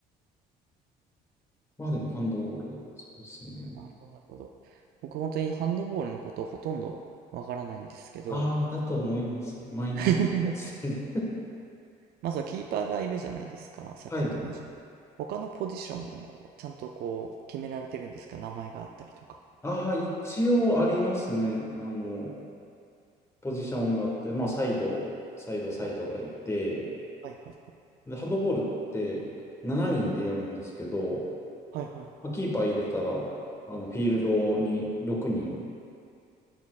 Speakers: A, on the left (about 15°); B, on the right (about 65°).
A: まあでもハンドボール、そうですね。
B: なるほど、なるほど。僕本当にハンドボールのことほとんどわからないんですけど、
A: ああ、だと思います。マイナーなおっさんで。
B: <laughs> まあそのキーパーがいるじゃないですか、サッカーと同じく。
A: はい。
B: 他のポジションもちゃんとこう決められてるんですか、名前があったりとか。
A: ああ、一応ありますね。あの、ポジションがあって、まあサイド、サイド、サイドがいて、
B: はいはいはい。
A: で、ハンドボールって7人でやるんですけど、
B: はいはい。
A: まあ、キーパー入れたら、あの、フィールドに6人